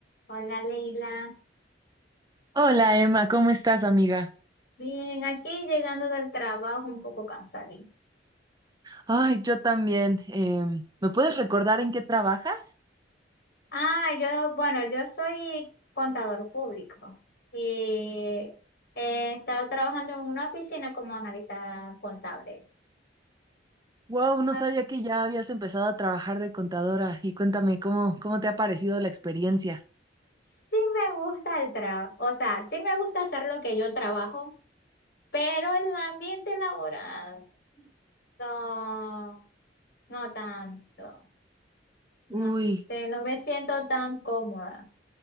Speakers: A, on the left; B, on the right.
A: Hola Leila,
B: Hola Emma, ¿cómo estás, amiga?
A: bien, aquí llegando del trabajo un poco cansadita.
B: Ay, yo también. em, ¿me puedes recordar en qué trabajas?
A: Ah, yo, bueno, yo soy contador público y he estado trabajando en una oficina como analista contable.
B: Wow, no
A: Ah,
B: sabía que ya habías empezado a trabajar de contadora y cuéntame cómo, cómo te ha parecido la experiencia.
A: Sí me gusta el trabajo, o sea, sí me gusta hacer lo que yo trabajo, pero el ambiente laboral no, no tanto.
B: Uy,
A: No sé, no me siento tan cómoda.